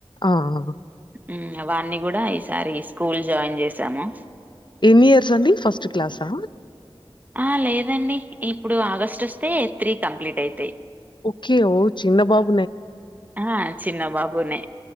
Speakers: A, on the left; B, on the right.
A: ఆ! ఆ!
B: హ్మ్ వాణ్ణి కూడా ఈసారి స్కూల్ జాయిన్ చేసాము
A: ఎన్ని ఇయర్స్ అండి ఫస్ట్ క్లాసా
B: ఆ లేదండి ఇప్పుడు ఆగస్టు వస్తే త్రీ కంప్లీట్ అయితాయి
A: ఓకే ఓ చిన్న బాబు
B: ఆ చిన్న బాబునే